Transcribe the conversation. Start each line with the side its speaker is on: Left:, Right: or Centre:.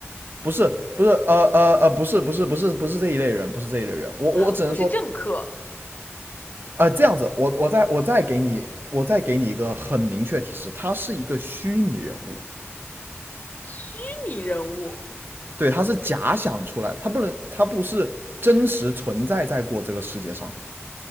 Right: 不是不是呃呃呃不是不是不是不是这一类人，不是这一类人。我我只能说，
Left: 啊，不是政客，
Right: 呃这样子，我我再我再给你我再给你一个很明确提示，他是一个虚拟人物，
Left: 虚拟人物。
Right: 对，他是假想出来的，他不能他不是真实存在在过这个世界上的。